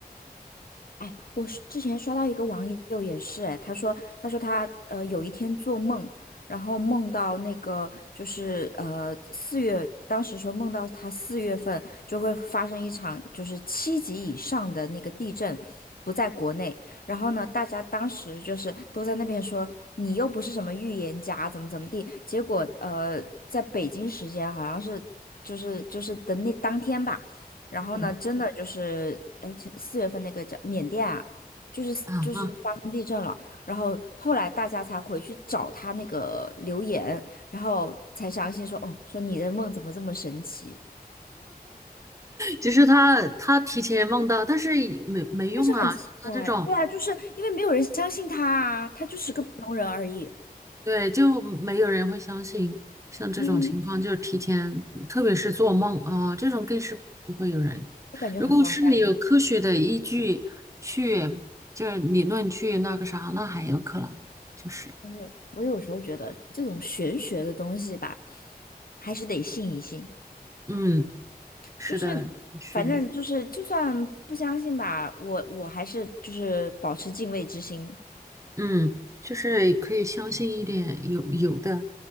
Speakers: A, on the left; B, on the right.
A: 哎，我是之前刷到一个网友也是，哎，他说，他说他呃有一天做梦，然后梦到那个就是呃四月，当时说梦到他四月份就会发生一场就是七级以上的那个地震，不在国内，然后呢，大家当时就是都在那边说你又不是什么预言家，怎么怎么地，结果呃在北京时间好像是就是就是的那当天吧。然后呢，
B: 嗯
A: 真的就是，哎，前四月份那个叫缅甸啊，就是就是发生地震了，
B: 啊。
A: 然后后来大家才回去找他那个留言，然后才相信说，哦，说你的梦怎么这么神奇？
B: 其实他他提前梦到，但是也没没用啊。
A: 但是很奇怪，
B: 像他这种，
A: 对啊，就是因为没有人相信他啊，他就是个普通人而已，
B: 对，就没有人会相信。像这种情况，
A: 嗯，
B: 就是提前，特别是做梦啊，这种更是不会有人。
A: 我感觉很荒诞。
B: 如果是你有科学的依据去，就是理论去那个啥，那还有可能。就是，
A: 但是我有时候觉得这种玄学的东西吧，还是得信一信。
B: 嗯，是的，
A: 就是
B: 轩。
A: 反正就是，就算不相信吧，我我还是就是保持敬畏之心。
B: 嗯，就是可以相信一点，有有的，